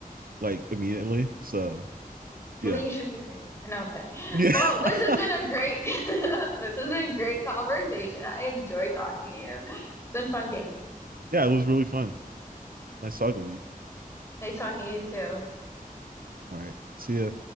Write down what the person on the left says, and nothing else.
Well,
then you shouldn't be thinking. No, I'm kidding.
Well, this has been
a great <laughs> this has been a great conversation. I enjoy talking to you. It's been a fun game.
Nice talking to you too.